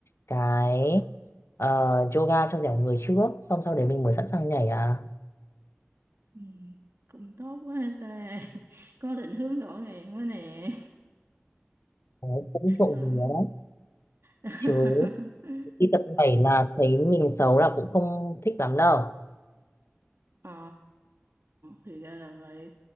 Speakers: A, on the left (about 75°); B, on the right (about 70°).
A: cái ờ, yoga cho dẻo người trước xong sau đấy mình mới sẵn sàng nhảy à
B: Ừ, cũng tốt quá ta <laughs> có định hướng rõ ràng quá nè
A: đấy, cũng trộm
B: <laughs> ờ
A: vía đấy
B: <laughs>
A: chứ đi tập nhảy là thấy mình xấu là cũng không thích lắm đâu
B: Ờ, thì ra là vậy